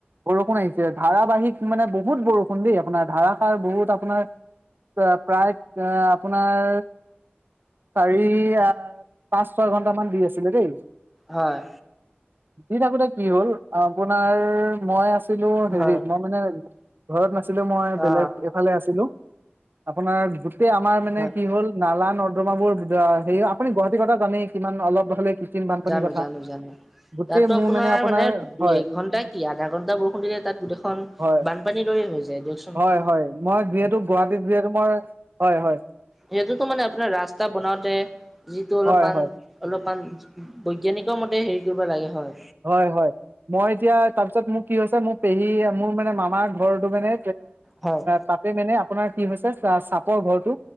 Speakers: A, on the right; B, in the centre.
A: বৰষুণ আহিছে ধাৰাবাহিক মানে বহুত বৰষুণ দেই আপোনাৰ ধাৰাসাৰ বহুত আপোনাৰ। প্ৰায় আপোনাৰ। চাৰি আ পাঁচ ছয় ঘন্টামান দি আছিলে দেই।
B: হয়।
A: দিন আগোতে কি হ'ল আপোনাৰ মই আছ। আছিলো হেৰিত
B: হয়
A: মই মানে ঘৰত নাছিলো মই
B: অ অ
A: বেলেগ এফালে আছিলোঁ। আপোনাৰ গোতে আমাৰ মানে
B: হয়
A: কি হ'ল। নালা নৰ্দমাবোৰ হেৰি আপুনি গুৱাহাটীৰ কথা জানেই কিমান অলপ হ'লে। কৃত্ৰিম বানপানীৰ
B: জানো
A: কথা
B: জানো জানো।
A: গোটেই
B: তাতো
A: মোৰ
B: আপোনাৰ মানে দুই
A: হয়
B: এঘণ্টা কি আধা ঘণ্টা বৰষুণ দিলে তাত গোটেইখন।
A: হয়
B: বানপানীৰ দৰে হৈ যায় দিয়কচোন
A: হয় হয় মই যিহেতু গুৱাহাটীত যিহেতু মই হয় হয়।
B: সেইটোতো মানে আপোনাৰ ৰাস্তা বনাওতে যিটো অলপমান।
A: হয় হয়
B: অলপমান বৈজ্ঞানিকৰ মতে হেৰি কৰিব লাগে হয়।
A: হয় হয়। মই এতিয়া তাৰ পিছত মোৰ কি হৈছে মোৰ পেহী মোৰ মানে মামাৰ ঘৰটো মানে।
B: হয়,
A: তাতে মানে আপোনাৰ কি হৈছে চাপৰ ঘৰটো